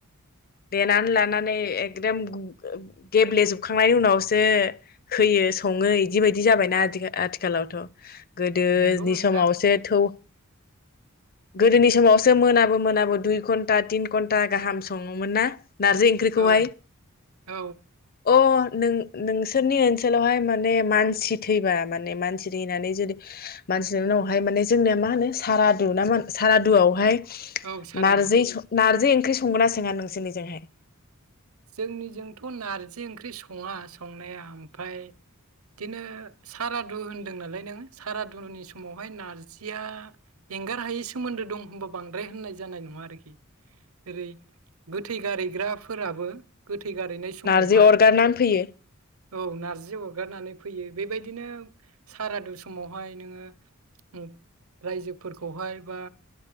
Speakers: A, on the left; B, on the right.
A: देनानै लानानै एकदम गेब्लेजोबखांनायनि उनावसो होयो सङो बिदि बायदि जाबायना आथिखालावथ। गोदोनि
B: नंगौ नोंथां
A: समावसो थौ। गोदोनि समावसो मोनाब मोनाबो दुइ घन्टा थिन घन्टा गाहाम सङोमोन ना। नारजि ओंख्रिखौहाय
B: औ औ
A: अ। नों नोंसोरनि ओनसोलावहाय माने मानसि थैबा माने मानसि थैनानै जुदि मानसिनि उनावहाय माने जोंनिया मा होनो सारादु ना मा सारादुआवहाय।
B: औ सारादु
A: नारजि नारजि ओंख्रि संगोनासो। सोंङा नोंसोरनिजोंहाय।
B: जोंनिजोंथ' नारजि ओंख्रि सङा संनाया ओमफ्राय बिदिनो सारादु होन्दों नालाय नोङो सारादुनि समावहाय नार्जिया एंगार हायै सोमोन्दो दं होनबा बांद्राय होननाय जानाय नङा आरोखि ओरै गोथै गारायग्राफोराबो। गोथै। फैगारह हैनाय समावहाय
A: नारजि अरगारनानै फैयो
B: औ नारजि हरगारनानै। फै बेबायदिनो सारादु समावहाय नोङो रायजो फोरखौहाय बा